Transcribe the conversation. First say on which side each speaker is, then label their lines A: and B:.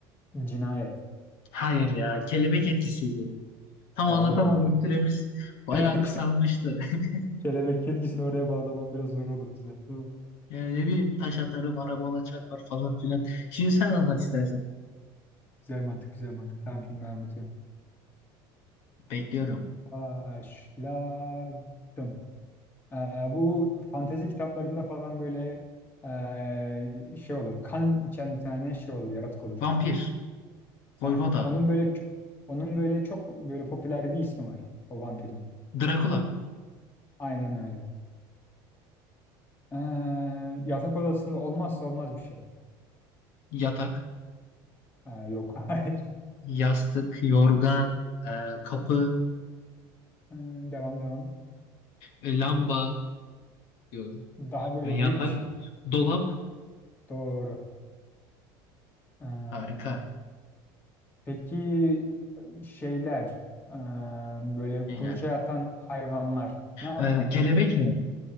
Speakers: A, on the left; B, on the left.
A: cinayet.
B: Hayır ya. Kelebek etkisiydi. Tam
A: Oo.
B: anlatamadım. Süremiz bayağı
A: <laughs>
B: kısalmıştı. <laughs>
A: Kelebek etkisini oraya bağlamam biraz zor olur güzel. Tamam.
B: Yani ne bileyim taş atarım araba ona çarpar falan filan. Şimdi sen anlat istersen.
A: Güzel mantık, güzel mantık. Tamam şimdi ben anlatıyorum.
B: Bekliyorum.
A: Başladım. Ee, bu fantezi kitaplarında falan böyle ee, şey olur. Kan içen bir tane şey olur, yaratık olur.
B: Vampir, voyvoda,
A: Heh, onun böyle ç- onun böyle çok böyle popüler bir ismi var o vampirin.
B: Drakula,
A: Aynen öyle. Ee, yatak odasında olmazsa olmaz bir şey.
B: yatak,
A: Ee, yok, <laughs> hayır.
B: yastık, yorgan, e, kapı,
A: Ee, devam devam.
B: e, lamba, diyorum.
A: Daha böyle
B: Ben yatak,
A: büyük bir şey.
B: dolap,
A: Doğru. Ee,
B: harika
A: peki şeyler, ee, böyle
B: neyler.
A: kuluça yatan hayvanlar ne yapar?
B: E, kelebek mi?